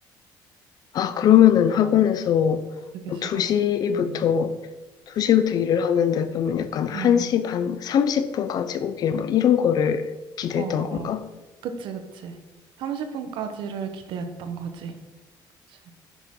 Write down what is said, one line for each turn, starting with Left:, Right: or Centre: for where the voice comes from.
Left: 아, 그러면은
Right: 음, 어,
Left: 학원에서
Right: 어.
Left: 뭐
Right: 되게 싫었어.
Left: 2시부터,
Right: 응, 응.
Left: 2시부터 일을 하는데 그러면 약간 1시
Right: 응,
Left: 반, 30분까지 오길 뭐 이런 거를 기대했던
Right: 어, 어.
Left: 건가?
Right: 어. 그치, 그치. 30분까지를 기대했던 거지. 그치.